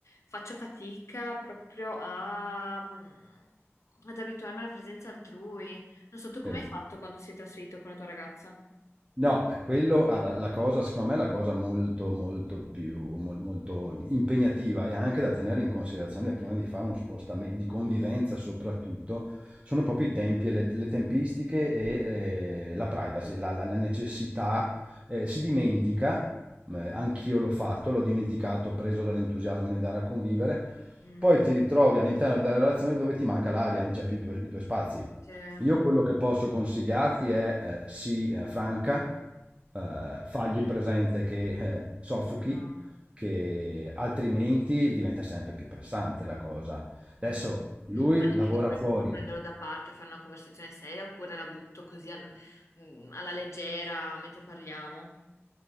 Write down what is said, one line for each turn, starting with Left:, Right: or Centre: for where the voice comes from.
Left: faccio fatica proprio a, mm, ad abituarmi alla presenza altrui. Non so, tu come
Right: sì.
Left: hai fatto quando sei trasferito con la tua ragazza?
Right: No, è quello, guarda, la cosa, secondo me, è la cosa molto, molto più, mol- molto impegnativa e anche da tenere in considerazione prima di fare uno spostamento, di convivenza soprattutto, sono proprio i tempi e le, le tempistiche e eh, la privacy, la, la- la necessità. eh, si dimentica, eh, anch'io l'ho fatto, l'ho dimenticato, preso dall'entusiasmo di andare a convivere,
Left: Mm,
Right: poi ti ritrovi all'interno della relazione dove ti manca l'aria, non c'è più i tuoi i tuoi spazi.
Left: cioè,
Right: Io quello che posso consigliarti è, eh, sii, eh, franca, eh, fagli presente che eh, soffochi,
Left: no.
Right: che altrimenti diventa sempre più pressante la cosa. Adesso
Left: mm.
Right: lui
Left: Adesso
Right: lavora
Left: dovrei
Right: fuori,
Left: proprio prenderlo da parte, fare una conversazione seria oppure la butto così al- mm, alla leggera mentre parliamo.